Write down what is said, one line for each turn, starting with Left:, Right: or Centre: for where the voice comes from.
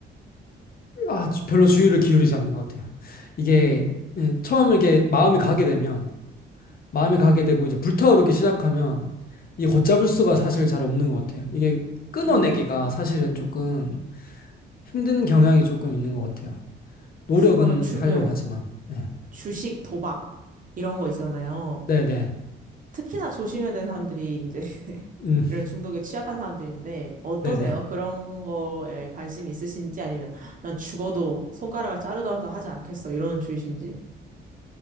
Left: 아, 주- 별로 주의를 기울이지 않는 것 같아요. 이게,
Right: 음,
Left: 예, 처음 이렇게 마음이 가게 되면, 마음이 가게 되고 이제 불타오르기 시작하면 이 걷잡을 수가 사실 잘 없는 것 같아요. 이게 끊어내기가
Right: 음,
Left: 사실은 조금 힘든 경향이 조금 있는 것 같아요. 노력은
Right: 그러면 주,
Left: 하려고
Right: 예,
Left: 하지만. 네.
Right: 주식, 도박 이런 거 있잖아요.
Left: 네네.
Right: 특히나 조심해야 되는 사람들이 이제
Left: 음,
Right: 이런 중독에 취약한 사람들인데 어떠세요?
Left: 네네.
Right: 그런 거에 관심 있으신지 아니면 난 죽어도 손가락을 자르더라도 하지 않겠어 이런 주의신지.